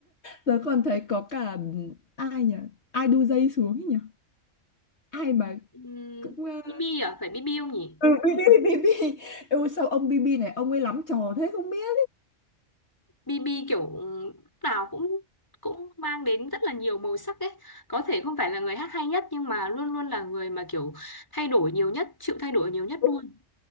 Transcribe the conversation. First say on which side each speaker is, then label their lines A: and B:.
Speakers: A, on the left (about 60°); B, on the left (about 15°).
A: tớ còn thấy có cả ai nhỉ ai đu dây xuống ấy nhỉ ai mà
B: Ừ.
A: cũng ờ,
B: BB à? Phải BB không nhỉ?
A: ừ, BB BB ừ, sao ông BB này ông ấy lắm trò thế không biết
B: BB kiểu nào cũng cũng mang đến rất là nhiều màu sắc ấy. Có thể không phải là người hát hay nhất nhưng mà luôn luôn là người mà kiểu thay đổi nhiều nhất, chịu thay đổi nhiều nhất
A: Đúng
B: luôn.
A: rồi.